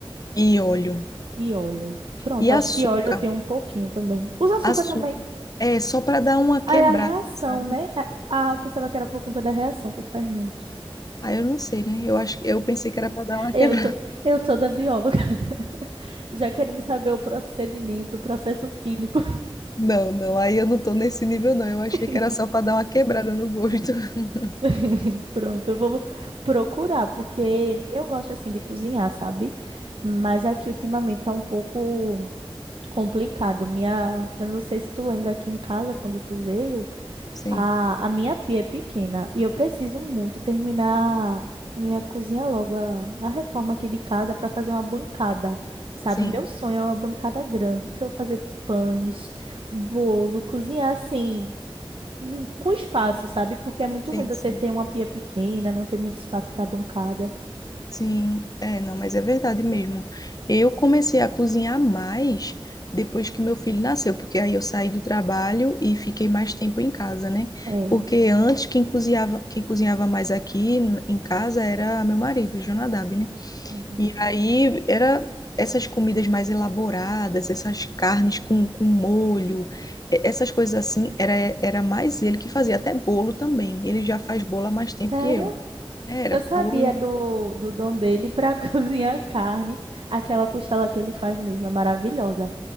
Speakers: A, on the left; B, on the right.
A: E óleo.
B: E óleo. Pronto,
A: E açúcar.
B: acho que óleo eu tenho um pouquinho também. Usa açúcar
A: Açúcar.
B: também.
A: É só para dar uma quebrada,
B: Aí a reação,
A: sabe?
B: né? A- Ah, eu pensava que era por conta da reação com o fermento.
A: Ah, eu não sei, né? Eu acho que eu pensei que era para dar uma
B: Eu
A: <laughs>
B: tô, eu tô da bióloga, <laughs> já querendo saber o procedimento, o processo químico.
A: Não, não, aí eu não tô nesse nível, não. Eu achei
B: <laughs>
A: que era só pra dar uma quebrada no gosto. <laughs>
B: <laughs> Pronto, eu vou procurar, porque eu gosto assim de cozinhar, sabe? Mas aqui ultimamente tá um pouco complicado. Minha, eu não sei se tu lembra aqui em casa quando tu veio,
A: Sim,
B: a, a minha pia é pequena e eu preciso muito terminar minha cozinha logo, a, a reforma aqui de casa para fazer uma bancada, sabe?
A: sim,
B: Meu sonho é uma bancada grande para eu fazer pães, bolo, cozinhar assim hum, com espaço, sabe? Porque é muito
A: sim,
B: ruim você
A: sim.
B: ter uma pia pequena, não ter muito espaço para bancada.
A: Sim, é, não, mas é verdade mesmo. Eu comecei a cozinhar mais depois que meu filho nasceu, porque aí eu saí do trabalho e fiquei mais tempo em casa, né?
B: É.
A: Porque antes quem cozinhava, quem cozinhava mais aqui n- em casa era meu marido, Jonadab, né?
B: uhum.
A: E aí era essas comidas mais elaboradas, essas carnes com, com molho, e- essas coisas assim, era, era mais ele que fazia, até bolo também. Ele já faz bolo há mais tempo
B: Sério?
A: que eu. Era
B: Eu sabia
A: bolo,
B: do, do dom dele para <laughs> cozinhar carne. Aquela costela que ele faz mesmo é maravilhosa.